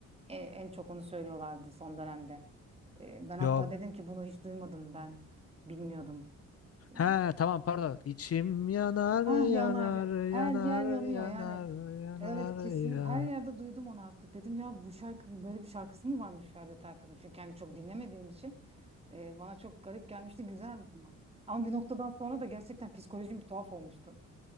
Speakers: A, on the right; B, on the left.
A: e, en çok onu söylüyorlardı son dönemde. E, ben hatta
B: Yo.
A: dedim ki bunu hiç duymadım ben. Bilmiyordum. Bu
B: He
A: şey
B: tamam pardon. İçim yanar
A: Ah yanar.
B: yanar yanar
A: Her yer yanıyor
B: yanar
A: yani.
B: yanar
A: Evet kesinlikle
B: ya.
A: her yerde duydum onu artık. Dedim ya bu şarkı böyle bir şarkısı mı varmış Ferdi Tayfur'un? Çünkü hani çok dinlemediğim için e, bana çok garip gelmişti. Güzeldi ama. Ama bir noktadan sonra da gerçekten psikolojim bir tuhaf olmuştu.